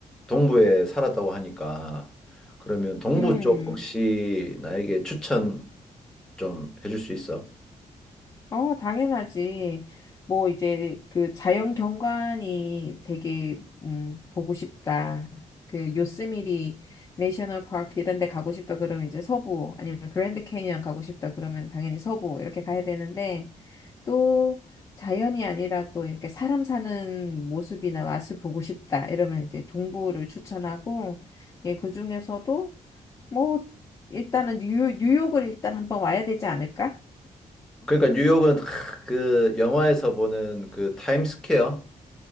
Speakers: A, in the centre; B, on the left (about 20°).
A: 동부에 살았다고 하니까 그러면 동부
B: 음,
A: 쪽 혹시 나에게 추천 좀 해줄 수 있어?
B: 어, 당연하지. 뭐, 이제, 그, 자연 경관이 되게, 음, 보고 싶다. 그, 요스미리 내셔널 파크 이런 데 가고 싶다 그러면 이제 서부, 아니면 그랜드 캐니언 가고 싶다 그러면 당연히 서부, 이렇게 가야 되는데, 또, 자연이 아니라 또 이렇게 사람 사는 모습이나 맛을 보고 싶다. 이러면 이제 동부를 추천하고, 예, 그 중에서도, 뭐, 일단은 뉴욕, 뉴욕을 일단 한번 와야 되지 않을까?
A: 그러니까 뉴욕은 크, 그 영화에서 보는 그 타임스퀘어